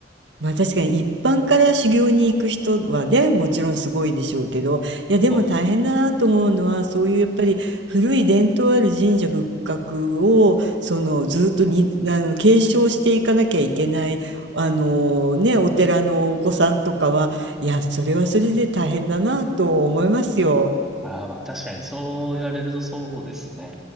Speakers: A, on the right; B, in the centre.
A: まあ確かに一般から修行に行く人はね、もちろんすごいでしょうけど、いやでも大変だなと思うのは、
B: そうですね。
A: そういうやっぱり古い伝統ある神社仏閣を、そのずっとに、あの、継承していかなきゃいけない、あのね、お寺のお子さんとかは、いや、それはそれで大変だなと思いますよ。
B: ああ、まあ確かにそう言われるとそうですね。